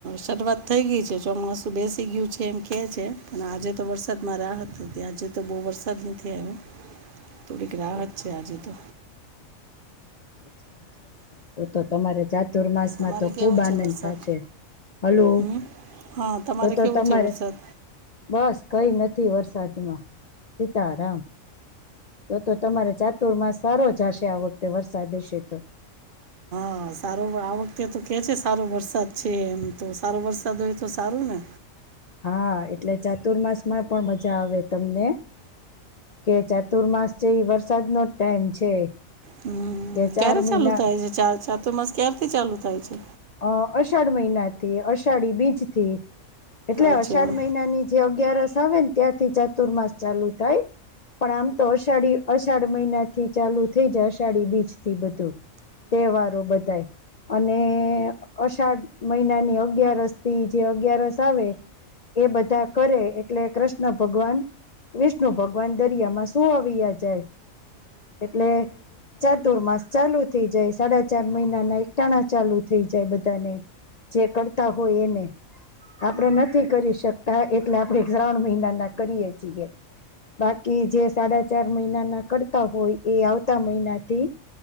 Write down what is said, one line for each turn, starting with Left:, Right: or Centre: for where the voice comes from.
Right: શરૂઆત થઈ ગઈ છે ચોમાસું બેસી ગયું છે એમ કે છે અને આજે તો વરસાદ મા આ હત ત્યા આજે તો બહુ વરસાદ નથી આવ્યો
Left: <inaudible>
Right: તોડી ગ રા
Left: અચ્છા
Right: છે આજે
Left: અચ્છા
Right: તો
Left: અચ્છા અચ્છા અચ્છા તો તો તમારા ચાતુર્માસ
Right: તમારે
Left: માં તો
Right: કેવો
Left: ખુબ આનંદ
Right: છે વરસાદ
Left: થશે હલો
Right: હમ હા તમારે
Left: તો તો
Right: કેવું
Left: તમારે
Right: છે વરસાદ
Left: બસ કઈ નથી અથી વરસાદમાં સીતારામ તો તો તમારે ચાતુર માં સારો જ હશે આ વખતે વરસાદ હશે તો
Right: હા સારો આ વખતે તો કે છે સારો વરસાદ છે એમ તો સારો વરસાદ હોય તો સારું ને
Left: હા એટલે ચાતુર્માસ માં પણ મજા આવે તમને કે ચાતુર્માસ છે એ વરસાદ નો જ ટાઈમ છે
Right: હમ
Left: કે
Right: ક્યારે
Left: ચાર મહિના
Right: ચાલુ થાય છે ચાતુર્માસ ક્ય્યારેથી ચાલુ થાય છે
Left: અ અષાઢ મહિનાથી અષાઢી બીજથી એટલે
Right: અચ્છા
Left: અષાઢ મહિના ની જે અગિયારસ આવે ને ત્યાંથી ચતુર્માસ ચાલુ થાય પણ આમ તો અષાઢી અષાઢ મહિના થી ચાલુ થઈ જાય અષાઢી બીચ થી બધું તહેવારો બધાય અને અષાઢ મહિના ની અગયારસ થી જે અગયારસ આવે એ બધા કરે એટલે કૃષ્ણ ભગવાન વિષ્ણુ ભગવાન દરિયામાં સુઆવ્યા જાય એટલે ચાતુર્માસ ચાલુ થઇ જાય સાડા ચાર મહિના ના એકટાણા ચાલુ થઇ જાય બધા ને જે કરતા હોય એને આપણેે નથી કરી શકતા એટલે આપણેે શ્રાવણ મહિના ના કરીએ બાકી જે સાડા ચાર મહિના ના કરતા હોય એ આવતા મહિનાથી